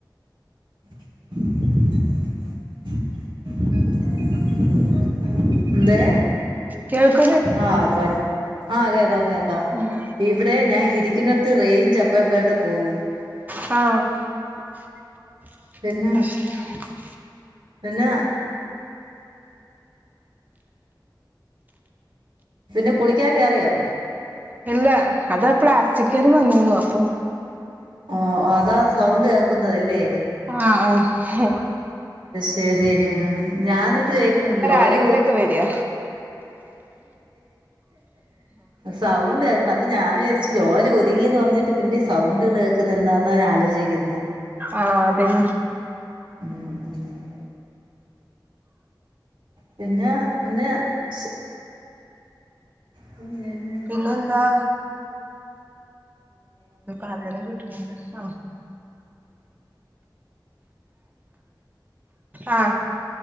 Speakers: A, on the right; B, on the right.
A: <unintelligible> ന്തെ
B: കേൾക്ക
A: ആഹ് പ ആഹ അതെ അതെ
B: ഉം
A: ഇവിടെ ഞാൻ ഇരിക്കുന്നടുത്ത് റേഞ്ച് അപ്പ അപ്പട്ട് പോവും
B: ആഹ് <unintelligible>
A: പിന്നെ പിന്നെ പിന്നെ കുളിക്കാൻ കേയറിയോ
B: ഇല്ല അതാ പ്ലാസ്റ്റിക്കര് വന്നിന്നു അപ്പോ
A: ഓ അതാ സൗണ്ട് കേൾക്കുന്നതല്ലേ?
B: ആഹ ആഹ
A: ചേരി ഞാൻ എന്നിട്ട് ചോയ്ക്കാണ് ജോലി
B: ആരെങ്കിലൊക്കെ
A: കോ
B: വരിക
A: സൗണ്ട് കേ അപ്പൊ ഞാൻ വിചരിച്ച് ജോലി അപ്പോ ഞാൻ വിചാരിച്ചു ജോലി ഒതുങ്ങിന്ന് പറഞ്ഞിട്ട് പിന്നെ സൗണ്ടുകൾ കേക്ക എന്താന്ന ഞാൻ ആലോചിക്കുന്നെ
B: ആഹ അതന്നെ
A: ഉ ഉ പിന്നെ പിന്നെ ശ് പിന്ന
B: പിന്നെന്താ ആ പറയാൻ കിട്ട്ണില്ല ആ ആഹ